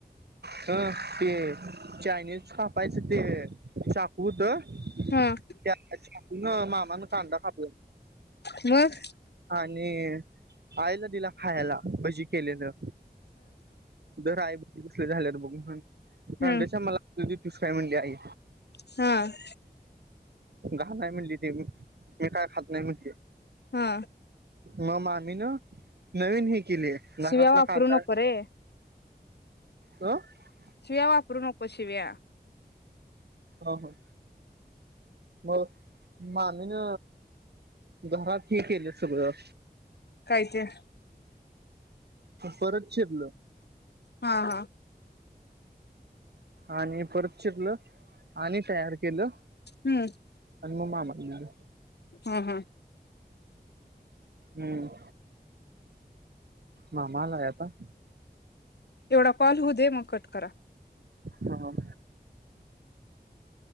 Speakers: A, on the right; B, on the left.
A: हं ते चायनीज कापायचं ते चाकू होतं <inaudible>
B: हा
A: त्या चाकून मामा न कांदा कापला
B: मग
A: आणि आईला दिल्या खायला भजी केलेलं धर आई धर कसली झाल्यात बघ म्हनून
B: हम्म
A: रांडच्या मला तूचच काय म्हणली आहे
B: हा <inaudible>
A: हा काय म्हणलीत? ते मग मी काय खात नाही म्हणत्या.
B: हा
A: म मामीन नवीन ही केलीय नहरातला
B: शिव्या वापरू
A: कांदा
B: नको रे
A: रिकामा ऑडिओ <inaudible>
B: शिव्या वापरू नको शिव्या.........
A: हा हा.. मग मामी न घरात हे केलय सगळं....
B: काय ते
A: परत चिरल....
B: हां हां.... <inaudible>
A: आणि परत चिरलं आणि तयार केलं
B: हूं
A: म मामा न आणलं...
B: हं हं
A: हम्म मामा आलाय आता....
B: येवढा कॉल होऊ दे म कट करा.
A: हां